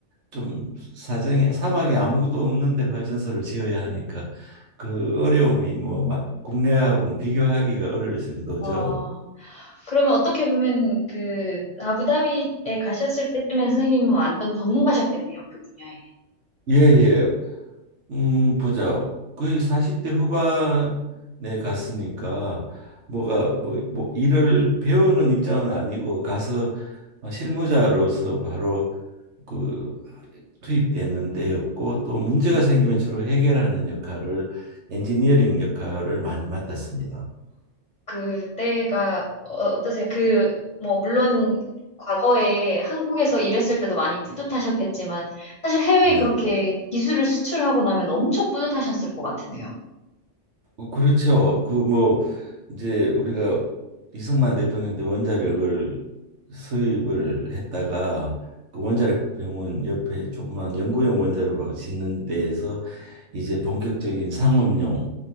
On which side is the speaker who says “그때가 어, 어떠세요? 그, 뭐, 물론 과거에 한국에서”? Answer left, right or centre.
Left